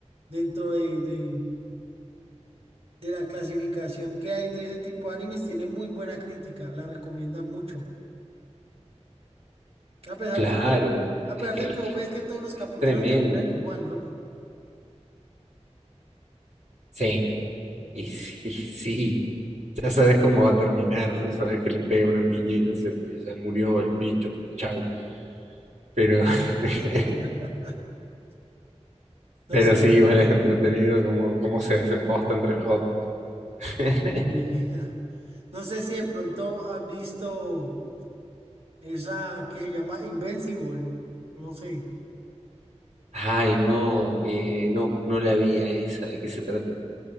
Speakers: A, on the right; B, on the right.
A: dentro de, de, de la clasificación que hay de ese tipo de animes, tiene muy buena crítica, la recomiendan mucho. A pesar
B: Claro,
A: de que, a
B: es
A: pesar
B: que
A: de que vos
B: es
A: ves
B: que
A: que todos los capítulos
B: es tremendo.
A: terminan igual, ¿no?
B: Sí, y sí, <laughs> sí. Ya sabes cómo va a terminar, ya sabes que le pega una piña y ya se, ya murió el bicho, chau. Pero <laughs>
A: <laughs> No
B: Pero
A: sé
B: sí, igual es entretenido cómo, cómo se hacen bosta entre los otros. <laughs>
A: Y <laughs> no sé si de pronto has visto esa que se llama Invincible. No sé.
B: Ay, no, eh, no, no la vi a esa, ¿de qué se trata?